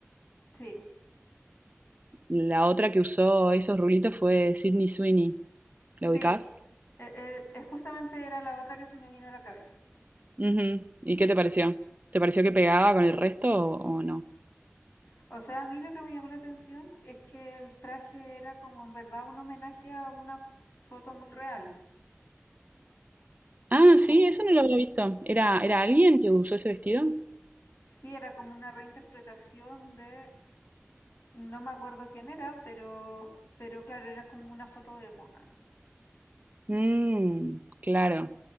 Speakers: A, on the left; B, on the right.
A: Sí,
B: La otra que usó esos rulitos fue Sydney Sweeney.
A: sí.
B: ¿La ubicás?
A: Eh, eh, es justamente era la otra que se me vino a la cabeza.
B: Ujú. ¿Y qué te pareció? ¿Te pareció que pegaba con el resto o, o no?
A: O sea, a mí lo que me llamó la atención es que el traje era como en verdad un homenaje a una foto muy real.
B: Ah, sí,
A: Co-
B: eso no lo había visto. ¿Era, era alguien que usó ese vestido?
A: sí, era como una reinterpretación de, no me acuerdo quién era, pero, pero claro, era como una foto de época.
B: Mmm, claro.